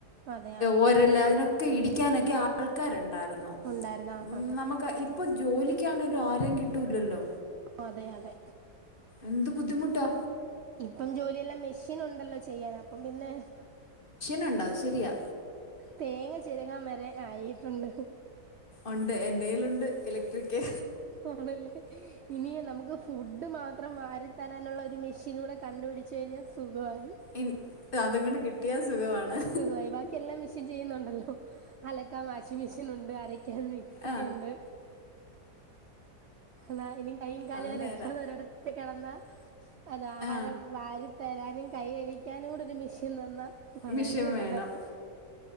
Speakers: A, on the right; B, on the left.
A: അതെ ആഹ്
B: ഓരല് അതിനൊക്കെ ഇടിക്കാനൊക്കെ ആഹ് ആൾക്കാരുണ്ടായിരുന്നു
A: ഉണ്ടായിരുന്ന ആഹ്
B: നമുക്ക് ഇപ്പം ജോലിക്കാണേലും ആരേം കിട്ടൂലല്ലോ
A: അതെ അതെ
B: എന്ത് ബുദ്ധിമുട്ടാ
A: ഇപ്പം ജോലിയെല്ലാം മെഷീൻ ഉണ്ടല്ലോ ചെയ്യാൻ അപ്പം പിന്നെ
B: നുണ്ട് അത്ശരിയാ
A: തേങ്ങ ചെരുകാൻ വരെ ആയിട്ടുണ്ട്
B: ഉണ്ട് എന്റെയിലുണ്ട് ഇലക്ട്രിക്
A: ആണല്ലേ ഇനി നമുക്ക് ഫുഡ് മാത്രം വരിത്തരാനുള്ള ഒരു മെഷീൻ കൂടെ കണ്ടുപിടിച്ച കഴിഞ്ഞാൽ സുഖമായി
B: ഇനി അതും കൂടെ കിട്ടിയ സുഖമാണ്
A: സുഖമായി ബാക്കി എല്ലാം മെഷീൻ ചെയ്യുന്നുണ്ടല്ലോ അലക്കാൻ വാഷിംഗ് മെഷീൻ ഉണ്ട് അരക്കാൻ മിക്സി
B: ആ
A: ഉണ്ട് അതാ ഇനി കൈയും കാലും
B: അത്
A: അനക്കാത
B: നേരാ
A: ഒരിടത്ത് കിടന്നാ അത് ആഹാരം
B: ആ
A: വാരി തരാനും കൈ കഴിയ്ക്കാനും കൂടെ ഒരു മിഷീൻ തന്നാ വളരെ
B: മിഷേൻ
A: ഉപകാരം
B: വേണം